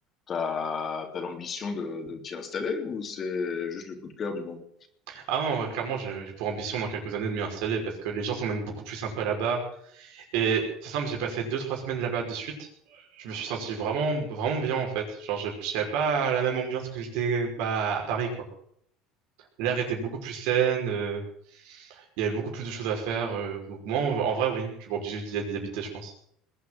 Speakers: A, on the left (about 40°); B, on the right (about 75°).
A: tu as, l'ambition de, de t'y installer ou c'est juste le coup de cœur du moment?
B: Ah non, euh, clairement, j'ai j'ai pour ambition dans quelques années de m'y installer parce que les gens sont même beaucoup plus sympas là-bas. Et c'est simple, j'ai passé deux trois semaines là-bas de suite. Je me suis senti vraiment, vraiment bien en fait. Genre, je n'avais pas la même ambiance que j'étais bah, à Paris, quoi. L'air était beaucoup plus sain, euh, il y avait beaucoup plus de choses à faire. euh, donc, moi, en, en vrai, oui, je suis pas obligé d'y d'y habiter, je pense.